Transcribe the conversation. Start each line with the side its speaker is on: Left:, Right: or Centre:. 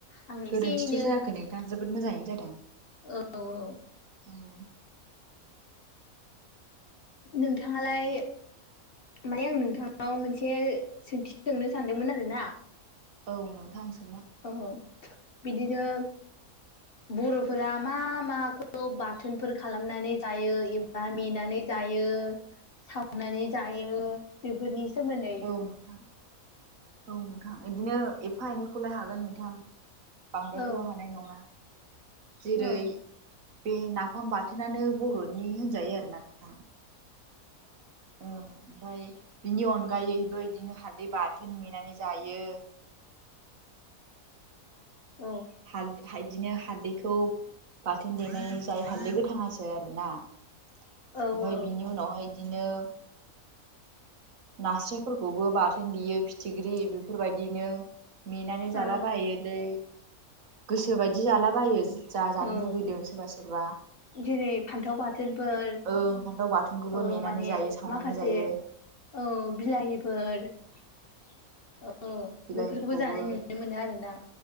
Left: आं एसे
Right: गोरोन्थिथ'
Left: एनो
Right: जायाखै नोंथां जोबोद मोजाङैनो जादों।
Left: औ औ
Right: उम।
Left: नोंथाङालाय माने आं नोंथांनाव मोनसे सोंथि सोंनो सानदोंमोन आरो ना?
Right: औ नोंथां सो
Left: औ औ बिदिनो बर'फोरा मा माखौ बाथोनफोर खालामनानै जायो एबा मेनानानै जायो सावनानै जायो बेफोरनि सोमोन्दै
Right: औ नोंथां औ नोंथां बिदिनो एफा एनैखौलाय हागोन नोंथां बांद्रायथ'
Left: औ
Right: हानाय नङा। जेरै
Left: औ
Right: बे नाफाम बाथोनानो बर'नि होनजायो आरोना नोंथां। औ ओमफ्राय बिनि अनगायैबो बिदिनो हालदै बाथोन मेनानै जायो।
Left: औ।
Right: हाल हायदिनो हालदैखौ बाथोन देनाय जाय हालदै गोथाङासो आरो ना। ओमफफ्राय
Left: औ औ
Right: बिनि उनावहाय बिदिनो नास्रायफोरखौबो बाथोन देयो फिथिख्रि बेफोरबायदिनो मेनानै
Left: औ
Right: जाला बायोलै गोसोबायदि जालाबायो ज जानो
Left: औ
Right: लुुबैदों सोरबा सोरबा
Left: जेरै फान्थाव बाथोनफोर
Right: ओं फान्थाव बाथोनखौबो
Left: औ
Right: मेनानै
Left: माने
Right: जायो सावनानै
Left: माखासे
Right: जायो
Left: औ बिलाहिफोर औ
Right: बिलाइफोरखौबो
Left: बेफोरखौबो जानाय नुनो मोनो मोनो आरो ना।